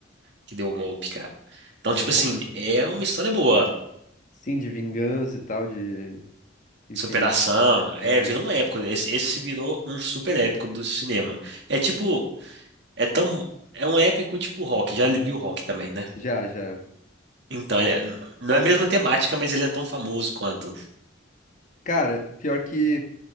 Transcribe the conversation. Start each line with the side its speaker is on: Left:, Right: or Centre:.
Right: que deu o golpe, cara. Então,
Left: Nossa,
Right: tipo assim, é uma história boa.
Left: sim, de vingança e tal, de, enfim,
Right: Superação, é,
Left: é,
Right: virou um épico. Esse, esse virou um super épico do cinema. É tipo, é tão, é um épico tipo Rock, já viu Rock também, né?
Left: já, já.
Right: Então, ele é- não é a mesma temática, mas ele é tão famoso quanto.
Left: Cara, pior que